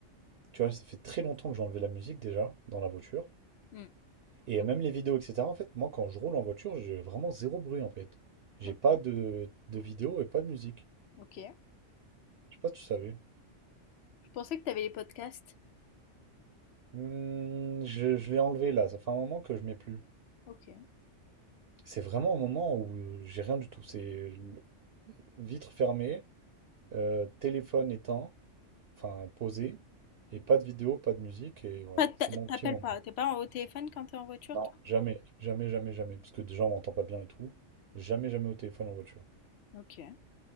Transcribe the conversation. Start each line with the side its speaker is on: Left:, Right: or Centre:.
Right: tu vois, ça fait très longtemps que j'ai enlevé la musique déjà dans la voiture.
Left: Hmm,
Right: Et même les vidéos, etc. En fait, moi, quand je roule en voiture, j'ai vraiment zéro bruit, en fait. J'ai
Left: Ok,
Right: pas de, de vidéo et pas de musique.
Left: ok.
Right: Je sais pas si tu savais.
Left: Je pensais que t'avais les podcasts.
Right: Hmm, je je l'ai enlevé là, ça fait un moment que je mets plus.
Left: Ok.
Right: C'est vraiment un moment où j'ai rien du tout. C'est le- vitre fermée, euh, téléphone éteint, enfin posé, et pas de vidéo, pas de musique, et voilà,
Left: Pas- t'a-
Right: c'est mon
Left: T'appelles
Right: petit moment.
Left: pas, t'es pas au téléphone quand t'es en voiture,
Right: Non,
Left: toi?
Right: jamais, jamais, jamais, jamais. Parce que déjà, on m'entend pas bien et tout. Jamais, jamais au téléphone en voiture.
Left: Ok.